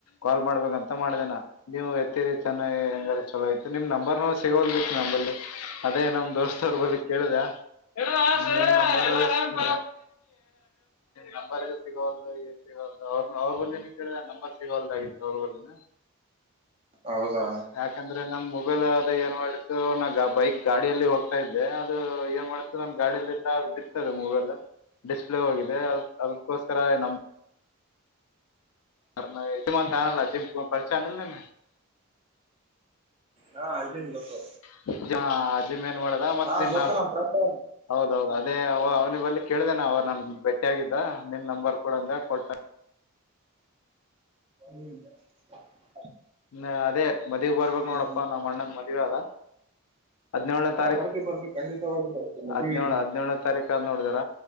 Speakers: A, on the left; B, on the right.
A: ಕಾಲ್ ಮಾಡ್ಬೇಕಂತ ಮಾಡೇನಾ ನೀವು ಎತ್ತರಿ ಚೆನ್ನಾಗಿ ಹೆಂಗ ಚಲೋ ಐ ಸ ನಿಮ್ಮ ನಂಬರ್ನ ಸೇವ್ ಆಗಿತ್ತು ನಂಬರ್ಲ್ಲಿ ಅದೇ ನಮ ದೋಸ್ತವ್ರ ಬಳ ಕೇಳುದ <unintelligible> ಹ <inaudible> ನಂಬರ್ ಇ ಸಿಗಲ್ದು ಏನ್ ಸಿಗಲ್ದು ಅವ್ರ ಅವ್ರ ಬಲ್ಲಿ ಏನ ಕೇಳಿದ ನಂಬರ್ ಸಿಗವಲ್ದಾಗಿತ್ತು ಅವ್ರ ಬಲ್ಲಿನ.
B: ಹೌದಾ
A: ಯಾಕಂದ್ರೆ ನಂ ಮೊಬೈಲ್ ಆದದ ಏನ್ ಮಾಡತ್ತುು ನಂಗ ಹಬ್ಬ. ಬೈಕ್ ಗಾಡಿಯಲ್ಲಿ ಹೋಗ್ತಾ ಇದ್ದೆ ಅದು ಏನ್ ಮಾಡ್ತದೆ ನ ಗಾಡಿಯಲ್ಲಿಂದ ಅದು ಬಿರ್ತದೆ ಮೂವೆಲ್ಲ. ಡಿಸ್ಪ್ಲೇ ಹೋಗಿದೆ ಅ ಅದಕ್ಕೋಸ್ಕರ ನಮ ಅ ನ ಜಮನ್ಂತಾನಲ್ಲ ಜಿಮ ಪಕ್ಷೆ <unintelligible> ನ.
B: ಹಾ ಅಜಿ <inaudible> ಗೊತ್ತು
A: <unintelligible> ಅಜಿಮ ಏನ್ ಮಾಡದ ಮತ್
B: ಹಾ
A: ನಿನ್ನ
B: ಗೊತ್ತು ನಮ್ ಫ್ರೆಂಡ್
A: ಹೌದೌದು ಅದೇ ಅವ್ನಿಗೆ ಬಲ್ಲಿ ಕೇಳ್ದೇನ ಅವ ನನ್ ಭೇಟ್ಟಿಯಾಗಿದ್ದ ನಿನ್ ನಂಬರ್ ಕೂಡ ಅಂದ ಕೊಟ್ಟ
B: ಹ್ಮ್ <inaudible>
A: ಹ್ಮ ಅದೇ ಮದ್ಗ್ ಬರ್ಬೇಕಕ್
B: ಹ್ಮ್
A: ನೋಡಪ್ಪಾ ನಮ್ಮ್ ಅಣ್ಣಂದ ಮದ್ವೆ ಅದ. ಹದ್ಿನೇಳನೇ
B: ಹಾ
A: ತಾರೀಖ
B: ಬರ್ತೀವಿ ಬರ್ತೀವಿ ಖಂಡಿತವಾಗಿ ಬರ್ತೀವಿ ಮದುವಿಗೆ
A: ಹದ್ಿನೇಳಳ್ ಹದ್ಿನೇಳನೇ ತಾರೀಕ ನೋಡಿದಾರ.